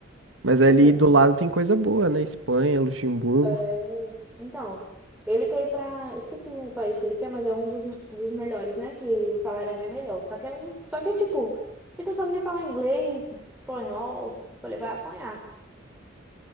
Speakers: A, on the right; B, in the centre.
A: Mas
B: Tipo,
A: ali do lado tem coisa boa, né? Espanha, Luxemburgo,
B: É, então, ele quer ir pra. eu Esqueci o país que ele quer, mas é um dos, dos melhores, né? Que o salário é bem melhor. Só que é um. Só que, tipo, ele não sabe nem falar inglês, espanhol. Eu falei, vai apanhar.